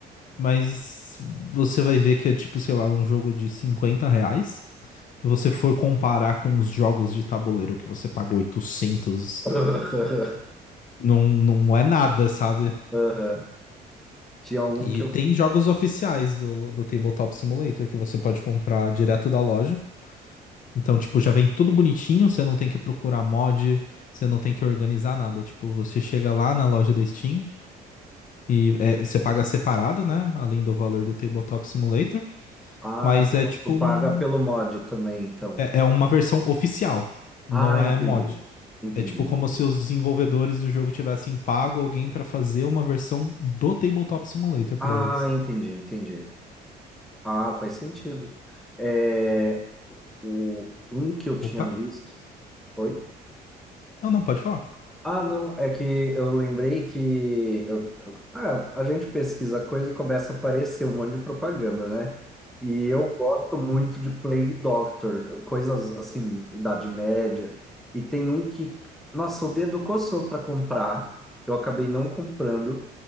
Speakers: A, on the left (about 50°); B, in the centre.
A: mas você vai ver que é tipo, sei lá, um jogo de 50 reais. Se você for comparar com os jogos de tabuleiro que você paga 800
B: <laughs>
A: não, não é nada, sabe?
B: Aham. Tinha um
A: E
B: que eu...
A: tem jogos oficiais do, do Tabletop Simulator que você pode comprar direto da loja. Então, tipo, já vem tudo bonitinho, você não tem que procurar mod, você não tem que organizar nada. Tipo, você chega lá na loja da Steam e é, você paga separado, né? Além do valor do Tabletop Simulator.
B: Ah,
A: Mas é tipo
B: tu paga
A: um.
B: pelo mod também, então.
A: É, é uma versão oficial, não
B: Ah, entendi.
A: é mod.
B: Entendi,
A: É tipo
B: entendi.
A: como se os desenvolvedores do jogo tivessem pago alguém pra fazer uma versão do Tabletop Simulator pra
B: Ah,
A: eles.
B: entendi, entendi. Ah, faz sentido. É, o, um que eu tinha
A: Opa!
B: visto. Oi?
A: Não, não, pode falar.
B: Ah, não, é que eu lembrei que eu, eu- ah, a gente pesquisa coisa e começa a aparecer um monte de propaganda, né? E eu gosto muito de Plague Doctor, coisas assim, Idade Média. E tem um que, nossa, o dedo coçou para comprar, eu acabei não comprando,